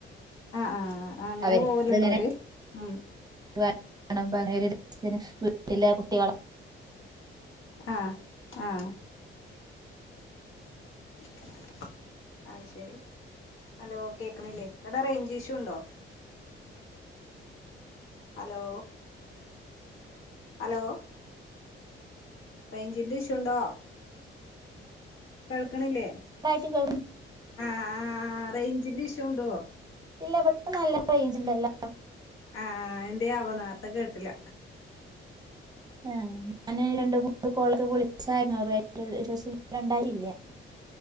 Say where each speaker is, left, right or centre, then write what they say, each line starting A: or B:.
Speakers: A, on the left; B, on the right.
A: ആ ആ ആ അങ്ങനെ
B: അവർക്ക്
A: പോവലുണ്ടോ
B: ഇതിങ്ങനെ
A: ഓര് ഉ
B: <unintelligible>
A: ആ ആ <inaudible> ആ ശരി ഹലോ കേക്കണില്ലേ എവിടാ റേഞ്ച് ഇഷ്യൂണ്ടോ ഹലോ ഹലോ റേഞ്ചിന്റെ ഇഷുണ്ടോ കേൾക്കണില്ലേ
B: <unintelligible>
A: ആ ആ റേഞ്ചിന്റെ ഇഷു ഉണ്ടോ
B: ഇല്ല ഇവിടെ നല്ല റേഞ്ച് ഉണ്ടല്ലോ
A: ആ എന്തേ ആവോ നേറത്തെ കേട്ടില്ല
B: ആ ഞാന് രണ്ട് മൂന്ന് കോളൊക്കെ വിളിച്ചായിരുന്നു റെയിഞ്ച് ഇഷ് ഉണ്ടായില്ല